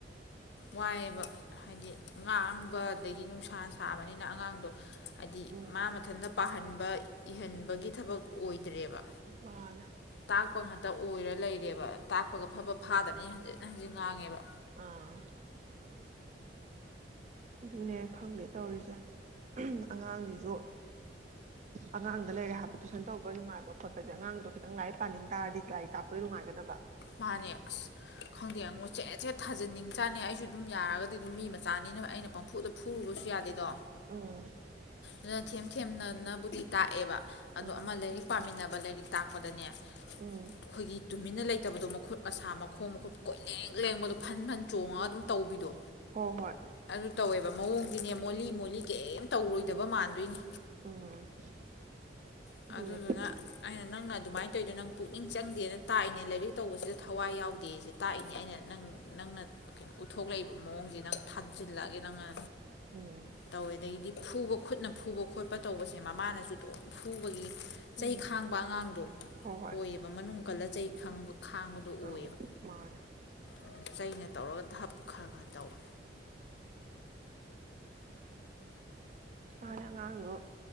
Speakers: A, on the left; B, on the right.
A: ꯋꯥꯏꯌꯦꯕ ꯍꯥꯏꯗꯤ ꯉꯥꯡꯕ ꯑꯗꯒꯤ ꯅꯨꯡꯁꯥ ꯁꯥꯕꯅꯤꯅ ꯑꯉꯥꯡꯗꯣ ꯍꯥꯏꯗꯤ
B: ꯎꯝ
A: ꯃꯥ ꯃꯊꯟꯇ ꯄꯥꯍꯟꯕ ꯕꯥ ꯏꯍꯟꯕꯒꯤ ꯊꯕꯛ ꯑꯣꯏꯗ꯭ꯔꯦꯕ
B: ꯃꯥꯅꯦ
A: ꯇꯥꯛꯄ ꯑꯣꯏꯔ ꯂꯩꯔꯦꯕ ꯇꯥꯛꯄꯒ ꯐꯥꯐꯠ ꯐꯥꯗꯕꯅꯤ ꯍꯟꯖꯤꯟ ꯍꯟꯖꯤꯟ ꯉꯥꯡꯉꯦꯕ
B: ꯑꯥ ꯑꯗꯨꯅꯦ ꯈꯪꯗꯦ ꯇꯧꯔꯤꯁꯦ ꯑꯉꯥꯡꯁꯤꯁꯨ ꯑꯉꯥꯡꯗ ꯂꯩꯔꯦ ꯍꯥꯏꯕ ꯇꯨꯏꯁꯟ ꯇꯧꯕ ꯅꯨꯡꯉꯥꯏꯕ ꯈꯣꯠꯄꯁꯦ ꯑꯉꯥꯡꯗꯣ ꯈꯤꯇꯪ ꯂꯥꯏꯔꯤꯛ ꯄꯥꯅꯤꯡ ꯇꯥꯔꯗꯤ ꯂꯥꯏꯔꯤꯛ ꯇꯥꯛꯄꯩ ꯅꯨꯡꯉꯥꯏꯒꯗꯕ
A: ꯃꯥꯅꯦ ꯑꯁ ꯈꯪꯗꯦꯉꯣ ꯁꯦꯠ ꯁꯦꯠ ꯊꯥꯖꯟꯅꯤꯡ ꯆꯥꯅꯤ ꯑꯩꯁꯨ ꯑꯗꯨꯝ ꯌꯥꯔꯒꯗꯤ ꯑꯗꯨꯝ ꯃꯤ ꯃꯆꯥꯅꯤꯅ ꯑꯩꯅ ꯄꯪꯐꯨꯗ ꯐꯨꯔꯨꯕꯁꯨ ꯌꯥꯗꯦꯗꯣ
B: ꯎꯝ
A: ꯑꯗꯨꯅ ꯊꯦꯝ ꯊꯦꯝꯅꯅꯕꯨꯗꯤ ꯇꯥꯛꯑꯦꯕ ꯑꯗꯣ
B: ꯎꯝ
A: ꯑꯃ ꯂꯥꯏꯔꯤꯛ ꯄꯥꯃꯤꯟꯅꯕ ꯂꯥꯏꯔꯤꯛ ꯇꯥꯛꯄꯗꯅꯦ ꯑꯩꯈꯣꯏꯒꯤ
B: ꯎꯝ
A: ꯇꯨꯃꯤꯟꯅ ꯂꯩ ꯑꯗꯣ ꯃꯈꯨꯠ ꯃꯁꯥ ꯃꯈꯣꯡ ꯃꯈꯨꯠ ꯀꯣꯏꯂꯦꯡ ꯂꯦꯡꯕꯗꯣ ꯐꯟ ꯐꯟ ꯆꯣꯡꯉꯒ ꯑꯗꯨꯝ ꯇꯧꯕꯤꯗꯣ
B: ꯍꯣꯏ ꯍꯣꯏ
A: ꯑꯗꯨ ꯇꯧꯋꯦꯕ ꯃꯑꯣꯡꯗꯤꯅꯦ ꯃꯣꯜꯂꯤ ꯃꯣꯜꯂꯤ ꯀꯩꯝ ꯇꯧꯔꯣꯏꯗꯕ ꯃꯥꯟꯗꯣꯏꯅꯤ
B: ꯎꯝ
A: ꯑꯗꯨꯗꯨꯅ
B: ꯑꯗꯨꯅꯦ
A: ꯑꯩꯅ ꯅꯪꯅ ꯑꯗꯨꯃꯥꯏꯟ ꯇꯧꯏꯗꯣ ꯅꯪ ꯄꯨꯛꯅꯤꯡ ꯆꯪꯗꯦꯅ ꯇꯥꯛꯏꯅꯦ ꯂꯥꯏꯔꯤꯛ ꯇꯧꯕꯁꯤꯗ ꯊꯋꯥꯏ ꯌꯥꯎꯗꯦꯁꯦ ꯇꯥꯛꯏꯅꯦ ꯑꯩꯅ ꯅꯪ ꯅꯪ ꯅꯪꯅ ꯀꯩꯅꯣ ꯎꯠꯊꯣꯛꯂꯛꯏꯕ ꯃꯑꯣꯡꯖꯦ ꯅꯪ ꯊꯥꯖꯤꯜꯂꯛꯑꯒꯦ ꯅꯪꯅ
B: ꯎꯝ
A: ꯇꯧꯋꯦ ꯑꯗꯩꯗꯤ ꯐꯨꯕ ꯈꯨꯠꯅ ꯐꯨꯕ ꯈꯣꯠꯄ ꯇꯧꯕꯁꯦ ꯃꯃꯥꯅꯁꯨ ꯑꯗꯨꯝ ꯐꯨ ꯐꯨꯕꯒꯤ ꯆꯩ
B: ꯎꯝ
A: ꯈꯥꯡꯕ ꯑꯉꯥꯡꯗꯣ
B: ꯍꯣꯏ ꯍꯣꯏ
A: ꯑꯣꯏꯌꯦꯕ ꯃꯅꯨꯡ ꯀꯜꯂ ꯆꯩꯩ ꯈꯪꯕ ꯈꯥꯡꯕꯗꯣ ꯑꯣꯏꯌꯦꯕ
B: ꯑ ꯃꯥꯅꯦ
A: ꯑꯗꯨ ꯆꯩꯅ ꯇꯧꯔꯒ ꯙꯞ ꯈꯔ ꯈꯔ ꯇꯧꯋꯦ
B: ꯃꯥ ꯅꯦ ꯑꯉꯥꯡꯗꯣ